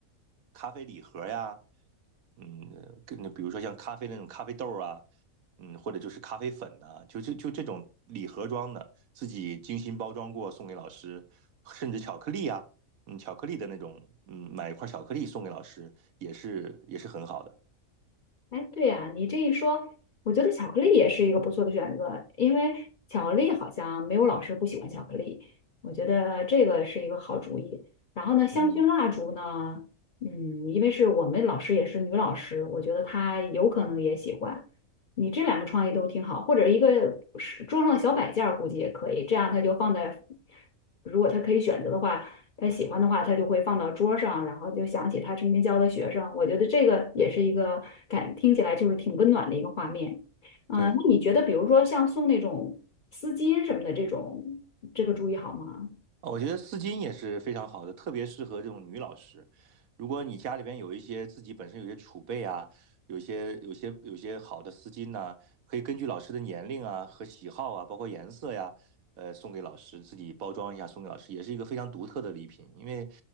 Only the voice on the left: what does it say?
哎，对呀，你这一说，我觉得巧克力也是一个不错的选择，因为巧克力好像没有老师不喜欢巧克力，我觉得这个是一个好主意。然后呢，香薰蜡烛呢，
嗯，因为是我们老师也是女老师，我觉得她有可能也喜欢。你这两个创意都挺好，或者一个是桌上的小摆件儿估计也可以，这样他就放在，如果他可以选择的话。他喜欢的话，他就会放到桌上，然后就想起他曾经教的学生。我觉得这个也是一个感，听起来就是挺温暖的一个画面。啊、
那你觉得，比如说像送那种丝巾什么的这种，这个主意好吗？